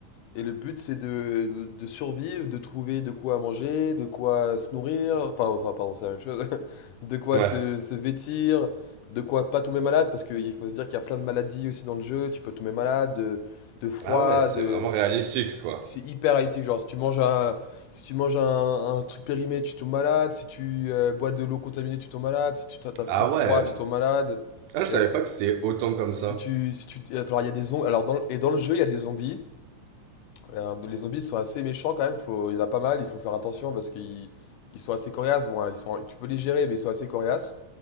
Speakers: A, on the left; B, on the right.
A: Et le but, c'est de, de survivre, de trouver de quoi manger, de quoi se nourrir. Enfin, enfin, pardon, c'est la même chose. <laughs> De quoi
B: Ouais.
A: se, se vêtir, de quoi pas tomber malade. Parce qu'il faut se dire qu'il y a plein de maladies aussi dans le jeu. Tu peux tomber malade de, de froid,
B: Ah ouais, c'est vraiment réalistique,
A: c'est
B: quoi.
A: c'est hyper haïtique, genre si tu manges un, si tu manges un, un truc périmé, tu tombes malade, si tu euh, bois de l'eau contaminée, tu tombes malade, si tu t'a- t'attrapes
B: Ah ouais.
A: froid, tu tombes malade.
B: Ah, je
A: Il
B: savais
A: y a-
B: pas que c'était autant comme ça.
A: si tu, si tu, euh, alors il y a des zombies. Alors dans, le- et dans le jeu, il y a des zombies. Euh, les zombies sont assez méchants quand même. Faut, il y en a pas mal. Il faut faire attention parce qu'ils, ils sont assez coriaces. Bon, hein, ils sont, tu peux les gérer, mais ils sont assez coriaces.